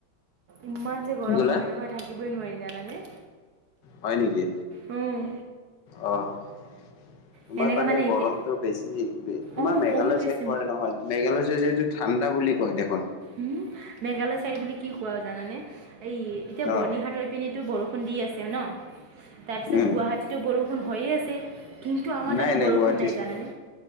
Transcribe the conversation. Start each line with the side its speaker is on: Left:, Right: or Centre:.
Right: ইমান যে গৰম
Left: ক'লা
Right: হয় নহয় থাকিবই নোৱাৰি জানানে।
Left: হয় নেকি
Right: উম।
Left: অ'। তোমাৰ
Right: সেনেকৈ
Left: কাৰনে
Right: মানে
Left: গৰমতটো
Right: এতিয়া
Left: বেছি। তোমাৰ
Right: অঁ
Left: মেঘালয়
Right: বহুত
Left: চাইড
Right: বেছি
Left: পৰে নহয় মেঘালয় চাইদেটো ঠাণ্ডা বুলি কয় দেখোন।
Right: উম, মেঘালয় চাইড বুলি কি কোৱা জানানে? এই এতিয়া বৰ্ণিহাটৰ
Left: অ
Right: পিনেতো বৰষুণ দি আছে ন? তাৰপিছত
Left: উম
Right: গুৱাহাটীত বৰষুণ হৈয়ে আছে, কিন্তু আমাৰ
Left: নাই
Right: তাতে বৰষুণ
Left: গুৱাহাটী
Right: নাই জানানে।